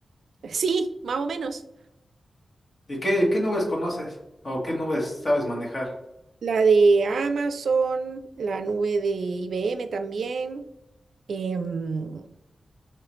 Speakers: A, on the right (about 85°); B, on the left (about 45°).
A: <laughs> Sí, más o menos.
B: ¿Y qué, qué nubes conoces o qué nubes sabes manejar?
A: La de Amazon, la nube de IBM también. Em,